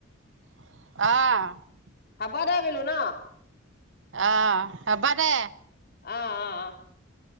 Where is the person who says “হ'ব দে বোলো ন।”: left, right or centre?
Left